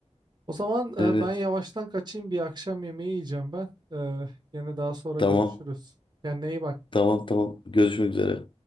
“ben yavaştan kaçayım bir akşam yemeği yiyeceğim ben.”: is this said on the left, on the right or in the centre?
Right